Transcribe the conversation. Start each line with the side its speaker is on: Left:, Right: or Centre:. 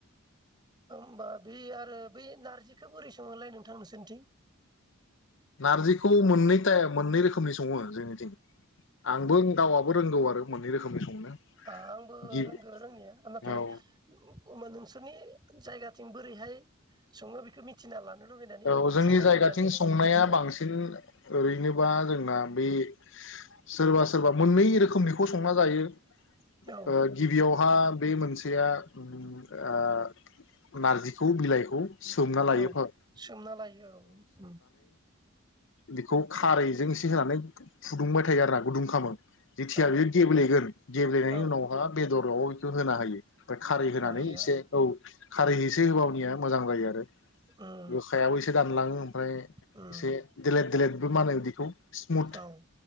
Right: होमबा बे आरो बै नारजिखौ बोरै सङोलाय नोंथां नोंसोरनिथिं?
Left: नारजिखौ मोननै ताइप मोननै रोखोमनि सङो जोंनिथिं। आंबो गावआबो रोंगौ आरो। मोननै रोखोमनि संनो
Right: आ आंबो
Left: गि
Right: रोंगौ रोंनिया नाथाय
Left: औ
Right: ओमबा नोंसोरनि जायगाथिं बोरैहाय सङो बेखौ मिथिना लानो लुबैनानै
Left: औ जोंनि
Right: सोंनाय
Left: जायगाथिं
Right: जाबाय आं नोंथांखौ
Left: संनाया
Right: औ
Left: बांसिन ओरैनोबा जोंना बे सोरबा सोरबा मोननै रोखोमनिखौ संना जायो।
Right: औ
Left: ओ गिबियावहा बे मोनसे खायसेया ओं आ नारजिखौ बिलाइखौ सोमना लायोफोर
Right: औ सोमना लायो औ उम।
Left: बेखौ खारैजों एसे होनानै फुदुंबाय थायो आरोना गुदुं खामो। जेथिया
Right: औ
Left: बेयो गेब्लेगोन गेब्लेनायनि
Right: औ
Left: उनावहा बेदर बयबो होना हायो। खारै
Right: होना
Left: होनानै
Right: होयो
Left: एसे
Right: आरो
Left: औ खारै एसे होबावनिया मोजां जायो आरो।
Right: उम
Left: गोखायाबो एसे दानलाङो ओमफ्राय
Right: उम
Left: एसे देलेट देलेदबो मानो बिदिखौ स्मुथ
Right: औ उम